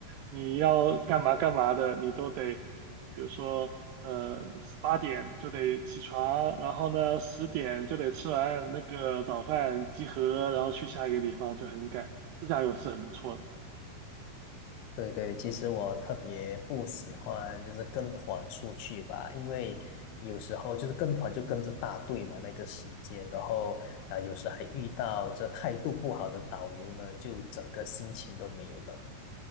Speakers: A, on the right; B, on the left.
A: 你要干嘛干嘛的，你都得，比如说，呃，八点就得起床，然后呢，十点就得吃完那个早饭集合，然后去下一个地方，就很赶。自驾游是很不错的。
B: 对对，其实我特别不喜欢就是跟团出去吧，因为有时候就是跟团就跟着大队嘛，那个时间，然后啊、呃有时还遇到这态度不好的导游呢，就整个心情都没有了。